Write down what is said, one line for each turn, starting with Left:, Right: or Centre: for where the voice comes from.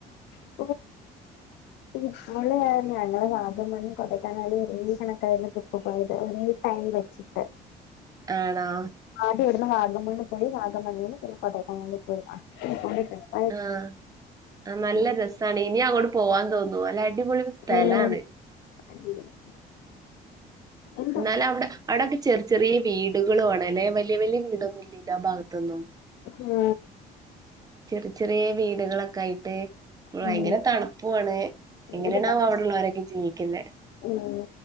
Left: <unintelligible> ഇപ്പോള് ഞങ്ങള വാഗമൺ കൊടയ്ക്കാനാല്ല് വെരേയും <unintelligible> ട്രിപ്പ് പോയത് <unintelligible> ടൈം വെച്ചിട്ട്
Right: ആണോ
Left: ആദ്യം ഇവിടുന്ന് വാഗമണ്ണ് പോയി വാഗമണ്ണിന്ന് പിന്നേം കോടൈക്കനാൽ പോയി <unintelligible>
Right: ആഹ് അ നല്ല
Left: ഉം
Right: രസാണ് ഇനിയങ്ങോട്ട് പോവാൻ തോന്നു അല്ല അടിപൊളി സ്ഥലാണ്
Left: ഉം <unintelligible> എന്തോ
Right: എന്നാല് അവടെ അവടെക്കെ ചെറി ചെറിയ വീടുകളാണ് അല്ലെ വല്ല്യായ വല്ല്യായ വീടൊന്നൊ എല്ലാ ഭാഗത്ത്ന്നും
Left: ഉം
Right: ചെറി ചെറിയ വീടുകളൊക്കെ ആയിട്ട്
Left: ഉം
Right: ഭയങ്കര തണു പ്പാണ്
Left: ഭയങ്കര
Right: എങ്ങനെയാണാ
Left: ത-
Right: ആവോ അവടെള്ളവരൊക്കെ ജീവിക്ക്ന്നേ
Left: ഉം